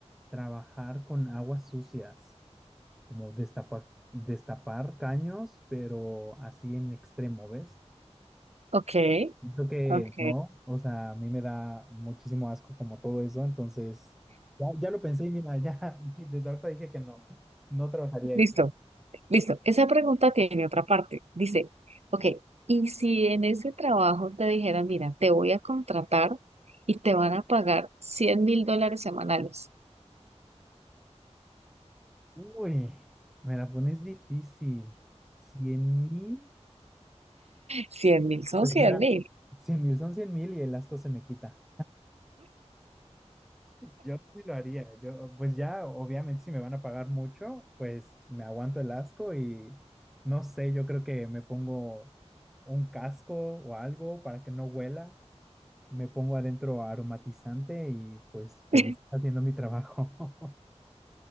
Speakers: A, in the centre; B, on the right (about 65°).
A: trabajar con aguas sucias, como destapa- destapar caños, pero así en extremo, ¿ves?
B: ok,
A: Siento que
B: ok.
A: no, o sea, a mí me da muchísimo asco como todo eso, entonces ya, ya lo pensé y mira, ya <laughs> desde ahorita dije que no, no trabajaría
B: Listo,
A: ahí.
B: listo. Esa pregunta tiene otra parte. Dice, ok, ¿y si en ese trabajo te dijeran, mira, te voy a contratar y te van a pagar cien mil dólares semanales?
A: Uy, me la pones difícil. cien mil
B: cien mil son
A: Pues
B: cien
A: mira,
B: mil.
A: cien mil son cien mil y el asco se me quita. Yo sí lo haría. Yo, pues ya, obviamente, si me van a pagar mucho, pues me aguanto el asco y no sé, yo creo que me pongo un casco o algo para que no huela. Me pongo adentro aromatizante y pues feliz
B: <laughs>
A: haciendo mi trabajo. <laughs>